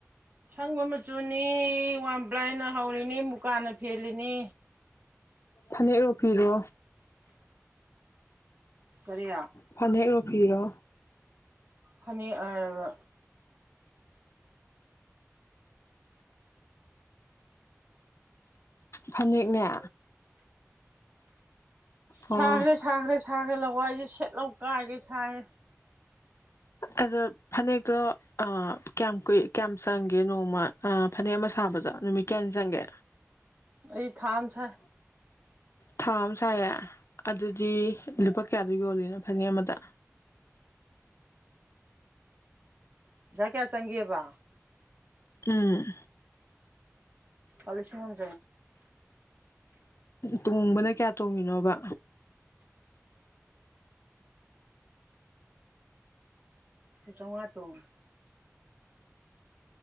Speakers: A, on the right; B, on the left.
A: ꯑꯁꯪꯕ ꯃꯆꯨ ꯆꯨꯅꯤ ꯋꯥ ꯄ꯭ꯂꯥꯏꯅ ꯍꯧꯔꯤꯅꯤ ꯃꯨꯀꯥꯟꯅ ꯐꯦꯜꯂꯤꯅꯤ
B: ꯐꯅꯦꯛꯔꯣ ꯐꯤꯔꯣ
A: ꯀꯔꯤ
B: ꯐꯅꯦꯛ ꯔꯣ ꯐꯤꯔꯣ
A: ꯐꯅꯦꯛ ꯍꯥꯏꯔꯒ
B: ꯐꯅꯦꯛꯅꯦ ꯑꯣ
A: ꯁꯥꯈ꯭ꯔꯦ ꯁꯥꯈ꯭ꯔꯦ ꯁꯥꯈ꯭ꯔꯦ ꯂꯋꯥꯏꯁꯦ ꯁꯦꯠ ꯂꯥꯎ ꯀꯥꯏꯒꯩ ꯁꯥꯏꯌꯦ
B: ꯑꯗꯣ ꯐꯅꯦꯛꯇꯣ ꯑ ꯀꯌꯥꯝ ꯀꯨꯏ ꯀꯌꯥꯝ ꯆꯪꯒꯦ ꯅꯣꯡꯃ ꯐꯅꯦꯛ ꯑꯃ ꯁꯥꯕꯗ ꯅꯨꯃꯤꯠ ꯀꯌꯥꯅꯤ ꯆꯪꯒꯦ
A: ꯑꯩ ꯊꯥ ꯑꯃꯥ ꯁꯥꯏ
B: ꯊꯥ ꯑꯃ ꯁꯥꯏꯌꯦ ꯑꯗꯨꯗꯤ ꯂꯨꯄꯥ ꯀꯌꯥꯗ ꯌꯣꯜꯂꯤꯅꯣ ꯐꯅꯦꯛ ꯑꯃꯗ
A: ꯄꯩꯁꯥ ꯀꯌꯥ ꯆꯪꯒꯦꯕ
B: ꯎꯝ
A: ꯑꯂꯤꯁꯤꯡ ꯑꯍꯨꯝ
B: ꯇꯨꯡꯕꯅ ꯀꯌꯥ ꯇꯣꯡꯉꯤꯅꯣꯕ
A: ꯄꯥ ꯆꯉꯥ ꯇꯣꯡꯉꯦ